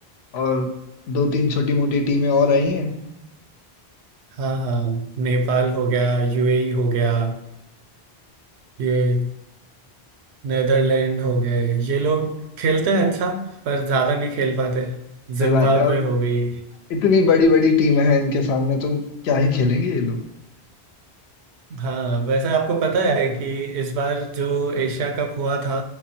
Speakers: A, on the left; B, on the right.
A: और दो तीन छोटी मोटी टीमें और आई हैं
B: हाँ हाँ नेपाल हो गया यूएई हो गया ये नेदरलैंड हो गए ये लोग खेलते हैं अच्छा पर ज्यादा नहीं खेल पाते जिम्बाब्वे
A: सही बात है अब
B: हो गई
A: इतनी बड़ी बड़ी टीमें हैं इनके सामने तो क्या ही खेलेंगे ये लोग
B: हाँ वैसे आपको पता है कि इस बार जो एशिया कप हुआ था